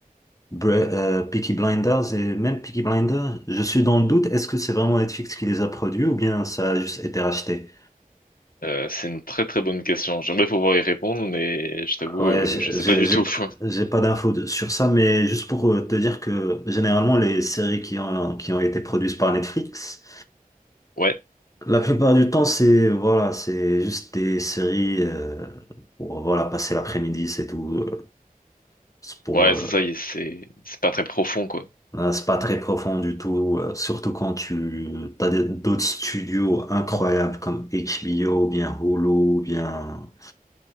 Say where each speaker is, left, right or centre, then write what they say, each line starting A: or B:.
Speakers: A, on the left; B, on the left.
A: Bre- euh, Peaky Blinders et même Peaky Blinders, je suis dans le doute, est-ce que c'est vraiment Netflix qui les a produits ou bien ça a juste été racheté?
B: Euh, c'est une très très bonne question. J'aimerais pouvoir y répondre, mais je t'avoue,
A: Ouais,
B: euh,
A: j'ai
B: je sais
A: j'ai
B: pas du
A: j'ai
B: tout. <laughs>
A: j'ai pas d'infos de- sur ça, mais juste pour euh, te dire que généralement les séries qui ont qui ont été produites par Netflix
B: Ouais,
A: La plupart du temps, c'est voilà, c'est juste des séries euh, pour voilà passer l'après-midi, c'est tout. Euh, C'est pour
B: ouais,
A: euh,
B: c'est ça. il- C'est c'est pas très profond, quoi.
A: euh, c'est pas très profond du tout, euh, surtout quand tu t'as des- d'autres studios incroyables comme HBO, ou bien Hulu, bien